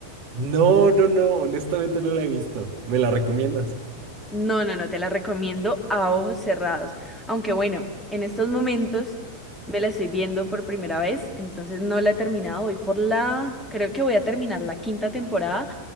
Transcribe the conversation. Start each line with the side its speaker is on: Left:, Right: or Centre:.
Right: No, no, no, honestamente no la he visto. ¿Me la recomiendas?
Centre: No, no, no, te la recomiendo a ojos cerrados. Aunque bueno, en estos momentos me la estoy viendo por primera vez, entonces no la he terminado. Voy por la, creo que voy a terminar la quinta temporada